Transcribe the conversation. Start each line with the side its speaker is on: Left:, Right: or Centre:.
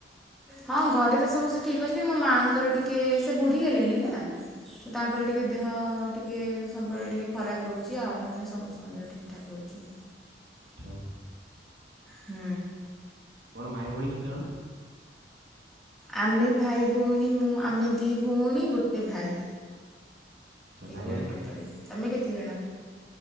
Centre: ହଁ, ଘରେ ତ ସମସ୍ତେ ଠିକ୍ ଅଛନ୍ତି, ମୋ ମାଆଙ୍କର ଟିକେ ସେ ବୁଢ଼ୀ ହେଲେଣି ନା। ତ ତାଙ୍କର ଟିକେ ଦେହ ଟିକେ ସବୁବେଳେ ଟିକେ ଖରାପ ରହୁଚି, ଆଉ ନହେନେ ସମସ୍ତଙ୍କ ଦେହ ଠିକ୍ ଠାକ୍ ରହୁଚି
Right: ଆଚ୍ଛା।
Centre: ହୁଁ।
Right: ପଣ ଭାଇ ଭଉଣୀ କେତେ ଜଣ?
Centre: ଆମେ ଭାଇ ଭୋଉଣୀ ମୁଁ ଆମେ ଦି ଭୋଉଣୀ ଗୋଟେ ଭାଇ।
Right: ଆଚ୍ଛା
Centre: ତିନ୍
Right: ଭାଇ
Centre: ଜଣ
Right: ବୋଧେ ସାନ
Centre: ଟୋଟାଲି, ତମେ କେତେଜଣ?